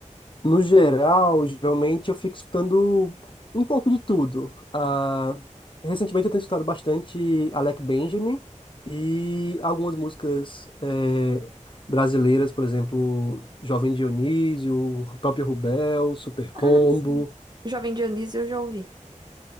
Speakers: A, on the left; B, on the right.
A: No geral, geralmente eu fico escutando um pouco de tudo. Ah, recentemente eu tenho escutado bastante Alec Benjamin e algumas músicas eh, brasileiras, por exemplo, Jovem Dionísio, o próprio Rubel, Super Combo.
B: Ah, sim. Jovem Dionísio eu já ouvi.